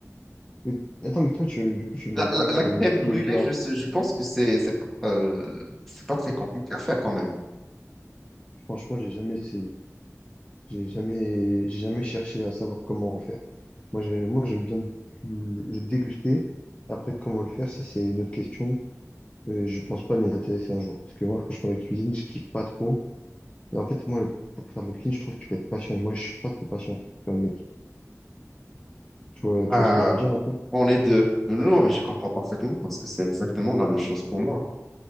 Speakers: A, on the left; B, in the centre.
A: Mais attends, mais toi tu, du coup tu m'as
B: La,
A: parlé
B: la, la
A: que t'aimais
B: crème
A: beaucoup
B: brûlée,
A: les plats.
B: je, sais- je pense que c'est, c'est pas, euh, c'est pas très compliqué à faire quand même.
A: Franchement j'ai jamais essayé. J'ai jamais, j'ai jamais cherché à savoir comment en faire. Moi, j'ai- moi, j'aime bien le le déguster. Après, comment le faire, ça, c'est une autre question. Euh, je pense pas m'y intéresser un jour. Parce que moi, franchement, la cuisine, je kiffe pas trop. Et en fait, moi, le- pour faire de la cuisine, je trouve qu'il faut être patient. Et moi, je suis pas très patient comme mec. Tu vois,
B: Ah,
A: tu vois ce que je veux dire un peu?
B: on est deux. Non, mais je comprends parfaitement parce que c'est exactement la même chose pour moi.